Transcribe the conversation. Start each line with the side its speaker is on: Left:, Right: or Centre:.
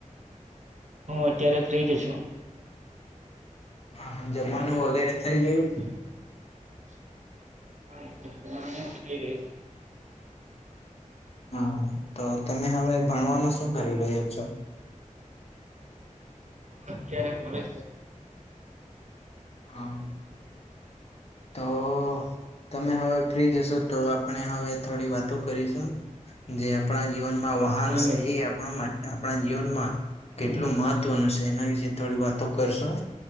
Right: હું અત્યારે ફ્રી જ છું.
Left: હા જમવાનું વગેરે થઈ ગયું?
Right: <unintelligible>
Left: હા તો તમે હવે ભણવામાં શું કરી રહ્યા છો.
Right: અત્યારે તો અમે
Left: હા તો તમે હવે ફ્રી જશો તો આપણે હવે થોડી વાતો કરીશું જે આપણા જીવનમાં વાહન
Right: હા
Left: છે
Right: મિત્ર
Left: એ આપના માટે આપણા જીવનમાં કેટલું મહત્વનું છે એના વિશે થોડી વાતો કરશું.